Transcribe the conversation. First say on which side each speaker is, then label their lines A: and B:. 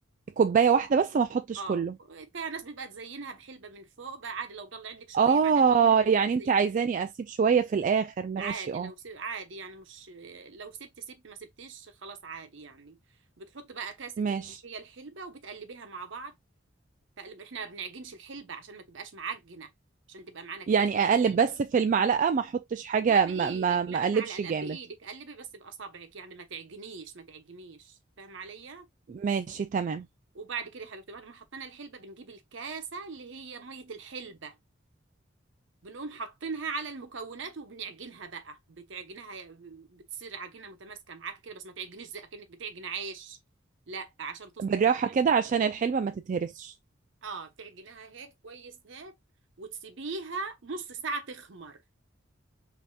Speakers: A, on the right; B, on the right.
A: كوبايه واحده بس ما احطش
B: اه
A: كله
B: فيها ناس بيبقى تزينها بحلبه من فوق بقى عادي لو ضل عندك شويه
A: اه
B: بعدين بقول لك بتبقي
A: يعني
B: تزينيها
A: انت عايزاني اسيب شويه في الاخر ماشي
B: عادي
A: اه
B: لو سيب عادي يعني مش لو سبت سبت ما سبتش خلاص عادي يعني بتحط بقى كاسة
A: ماشي
B: اللي هي الحلبة وبتقلبيها مع بعض تقلب احنا ما بنعجنش الحلبة عشان ما تبقاش معجنة عشان تبقى معانا كده
A: يعني
B: زي
A: اقلب
B: الفريسة
A: بس في المعلقة ما احطش حاجة
B: لا بإيدك
A: ما ما ما
B: لا
A: اقلبش
B: معلقة لا
A: جامد
B: بإيدك قلبي بس بأصابعك يعني ما تعجنيش ما تعجنيش فاهم عليا
A: ماشي تمام
B: وبعد كده يا حبيبتي بعد ما حطينا الحلبة بنجيب الكاسة اللي هي مية الحلبة بنقوم حاطينها على المكونات وبنعجنها بقى بتعجنها بتصير عجينه متماسكه معاك كده بس ما تعجنيش زي اكنك بتعجن عيش لا عشان تظبط
A: بالراحة
B: معاكي
A: كده عشان الحلوة ما تتهرسش
B: اه بتعجنها هيك كويس هيك وتسيبيها نص ساعه تخمر